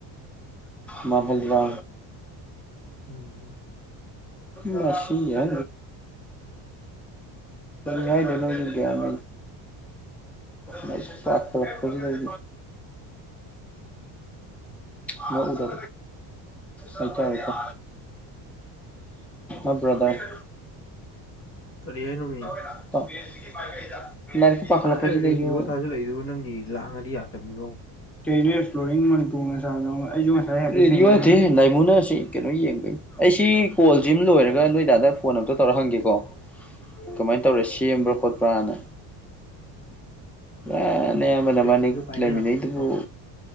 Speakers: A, in the centre; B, on the left.
A: ꯃꯥꯚꯦꯜꯗꯗ
B: ꯎꯝꯝ
A: ꯃꯁꯤꯁꯤ ꯌꯥ ꯌꯥꯥꯏ ꯅꯒ ꯀꯌꯥꯌꯥ ꯅꯇ ꯁꯨꯁꯤ ꯂꯩ ꯍꯗ ꯑꯗꯨ ꯍꯇ ꯍꯥꯏꯛꯇ ꯑ ꯕ꯭ꯔꯥꯗꯔ
B: ꯇꯔꯤ ꯌꯥꯏꯅꯃꯤ
A: <inaudible> ꯂꯥꯏꯔꯤꯛꯀ ꯄꯥꯈꯠꯂꯛꯄꯁꯤꯗꯩꯁꯨ
B: ꯀꯗꯥꯥꯏ ꯔꯦꯗꯤꯑꯣ ꯊꯥꯖꯤꯜꯂꯛꯏꯗꯨ ꯅꯪꯒꯤ ꯂꯥꯡꯉꯗꯤ ꯌꯥꯗꯕꯅꯤꯅꯣ
A: ꯀꯩꯅ ꯑꯦꯛꯁꯄ꯭ꯂꯣꯔꯤꯡ ꯃꯅꯤꯄꯨꯔ ꯑꯩꯁꯨ ꯉꯁꯥꯏꯦ ꯂꯥꯏꯃꯨꯅꯔꯁꯤ ꯀꯩꯅꯣ ꯌꯦꯡꯕ ꯑꯩꯁꯤ ꯀꯣꯜꯁꯤꯃ ꯂꯣꯏꯔꯒ ꯅꯣꯏꯗꯥꯗ ꯐꯣꯟ ꯑꯇ ꯇꯧꯔ ꯍꯪꯒꯦꯀꯣ ꯀꯃꯥꯏꯅ ꯇꯧꯔꯦ ꯁꯦꯝꯕ꯭ꯔꯥ ꯈꯣꯠꯄ꯭ꯔꯥꯅ ꯏ ꯅꯌꯥꯝꯕ
B: ꯅꯣꯏ
A: ꯅꯕꯥꯟꯅꯤ
B: ꯀ꯭ꯔꯦꯖꯤꯒ ꯄꯥꯏꯅꯔꯝꯃꯒꯦꯀꯣ
A: ꯂꯩꯃꯤꯟꯅꯩꯗꯨꯕꯨ